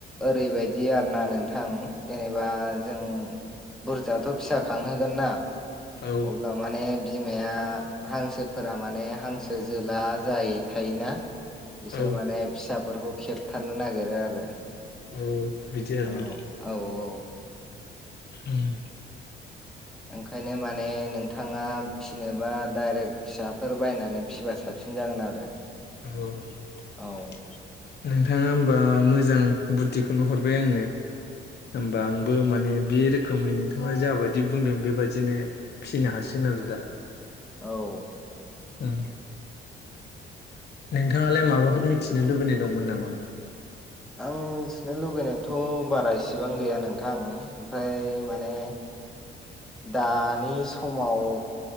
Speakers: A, in the centre; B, on the left (about 55°).
A: ओरैबायदि आर ना नोंथां जेनेबा जों बुरजाथ' फिसा खांहोगोन ना
B: औ
A: अब्ला माने बिमाया हांसोफोरा माने हांसो जोला जायि थायोना बिसोर
B: औ
A: माने फिसाफोरखौ खेबथारनो नागिरो आरो
B: औ बिदि आरोना
A: औ औ औ
B: उम
A: ओंखायनो माने नोंथाङा फिसिनोबा डाइरेक्ट फिसाफोर बायनानै फिसिबा साब सिन जागोन आरो
B: औ
A: औ
B: नोंथाङा होमबा मोजां बुद्धिखौनो हरबाय आंनो होमबा आंबो माने बे रोखोमै नोंथाङा जाबायदि बुंदों बेबादिनो फिसिनो हासि नंगौ दा
A: औ
B: उम नोंथाङालाय माबाफोर मिथिनो लुबैनाय दंमोन नामा?
A: आं मिथिनो लगैनायथ' बारा इसिबां गैया नोंथां ओमफ्राय माने दानि समाव